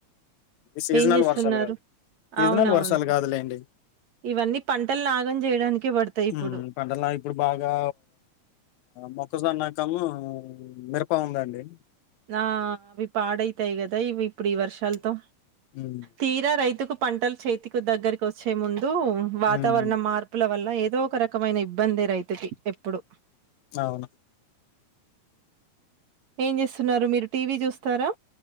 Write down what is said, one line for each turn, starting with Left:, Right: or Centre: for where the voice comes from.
Left: సీజనల్
Right: ఏం చేస్తున్నారు
Left: వర్షాలు కాదు సీజనల్
Right: అవునవును
Left: వర్షాలు కాదులేండి
Right: ఇవన్నీ పంటలు నాగం చేయడానికే పడతాయి ఇప్పుడు
Left: మ్ పంటలా ఇప్పుడు బాగా మొ ఒకసా నాకము మిరప ఉందండి
Right: నా అవి పాడైతాయి కదా ఇవి ఇప్పుడు ఈ వర్షాలతో
Left: హ్మ్.
Right: తీరా రైతుకు పంటలు చేతికు దగ్గరకి వచ్చే ముందు వాతావరణ
Left: హ్మ్.
Right: మార్పుల వల్ల అలా ఏదో ఒక రకమైన ఇబ్బందే రైతుకి ఎప్పుడు
Left: అవును
Right: ఏంజెస్తున్ మీరు టీవీ చూస్తారా